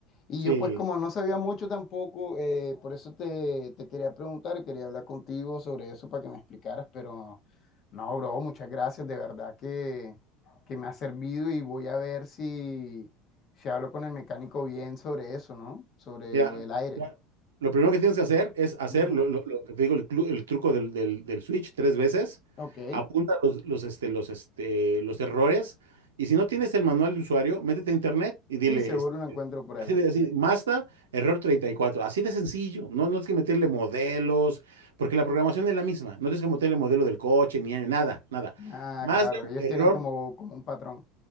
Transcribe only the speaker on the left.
Y
yo pues como no sabía mucho tampoco, eh, por eso te, te quería preguntar, quería hablar contigo sobre eso para que me explicaras, pero no, bro, muchas gracias, de verdad que, que me ha servido y voy a ver si, si hablo con el mecánico bien sobre eso, ¿no? Sobre
lo del aire.
Ujú,
Ok.
Sí, seguro
lo encuentro por ahí.
Ah,
claro, ellos
tienen como, como un patrón,